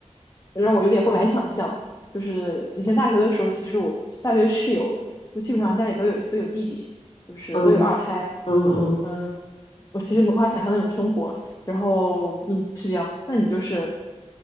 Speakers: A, on the left (about 25°); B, on the left (about 50°).
A: 让我有点不敢想象。就是以前大学的时候，其实我大学室友就基本上家里都有都有弟弟，就是都有二胎，
B: 嗯嗯嗯，
A: 嗯。我其实无法想象那种生活。然后，嗯，是这样。那你就是